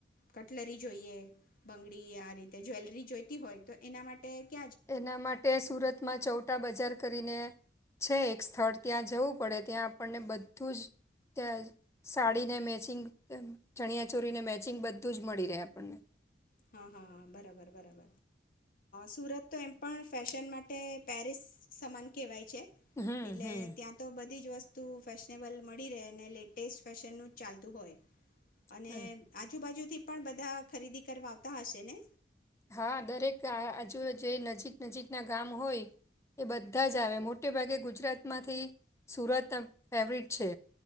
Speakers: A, on the left; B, on the left.
A: કટલરી જોઈએ. બંગડી આ રીતે જ્વેલરી જોઈતી હોય તો એના માટે ક
B: એના માટે સુરતમાં ચૌટા બજાર. કરીને છે એક સ્થળ ત્યાં જવું પડે ત્યાં આપણને બધું જ સાડીને મેચિંગ ચણિયા ચોરીને મેચિંગ બધું જ મળી રહે આપણને.
A: હા હા બરાબર બરાબર સુરત તો એમ પણ ફેશન માટે પેરિસ સમાન કેહેવાય છે.
B: હમ
A: એટલે
B: હમ
A: ત્યાં તો બધી જ વસ્તુ. ફેશનેબલ મળી રહે લેટેસ્ટ ફેશન ન જ ચાલતું હોય. અને
B: બરા-
A: આજુબાજુથી. પણ બધા ખરીદી કરવા. તા હશેને.
B: હા દરેક આજુ જે નજીક નજીકના ગામ હોય એ બધા જ આવે મોટે ભાગે ગુજરાતમાંથી સુરત ફેવરિટ છે.